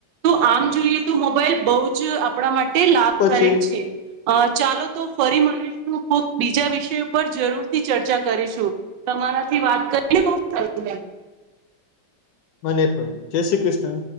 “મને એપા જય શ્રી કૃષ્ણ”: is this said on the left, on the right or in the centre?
Left